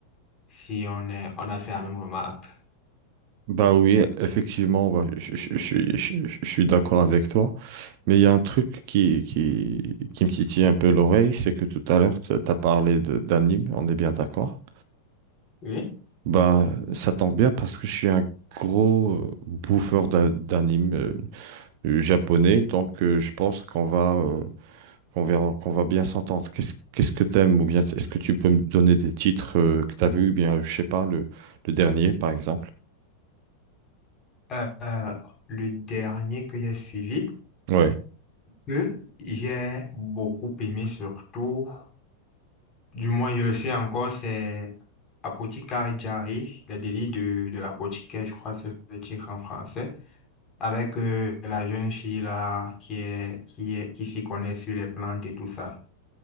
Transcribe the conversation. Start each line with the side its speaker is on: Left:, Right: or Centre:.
Left: si on est- on a fait la même remarque.
Right: Bah oui, effectivement, bah, je, je- je suis, je, je je suis d'accord avec toi. Mais il y a un truc qui, qui, qui me titille un peu l'oreille, c'est que tout à l'heure, tu as parlé de- d'anime, on est bien d'accord.
Left: Oui.
Right: Bah, ça tombe bien parce que je suis un gros euh, bouffeur d'a- d'anime euh, euh, japonais, donc euh, je pense qu'on va, euh, qu'on verra, qu'on va bien s'entendre. Qu'est-ce, qu'est-ce que t'aimes ou bien est-ce que tu peux me donner des titres euh, que t'as vus, ou bien, euh, je sais pas, le, le dernier, par exemple?
Left: Euh, euh, le dernier que j'ai suivi,
Right: Ouais.
Left: que j'ai beaucoup aimé surtout, du moins je le sais encore, c'est Apothecary Diary, les délits de, de l'apothicaire, je crois que c'est le titre en français. avec euh, la jeune fille là qui est qui est qui s'y connaît sur les plantes et tout ça.